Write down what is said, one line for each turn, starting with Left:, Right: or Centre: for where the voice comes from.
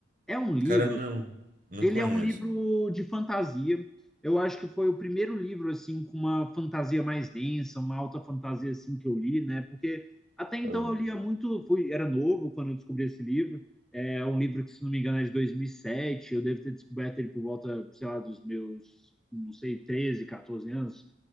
Centre: É um livro.
Right: Cara, não, não
Centre: Ele
Right: conheço.
Centre: é um livro de fantasia. Eu acho que foi o primeiro livro assim com uma fantasia mais densa, uma alta fantasia assim que eu li, né? Porque até então
Right: Aham,
Centre: eu lia muito, fui, era novo quando eu descobri esse livro. É um livro que, se não me engano, é de dois mil e sete Eu devo ter descoberto ele por volta, sei lá, dos meus, não sei, treze 14 anos,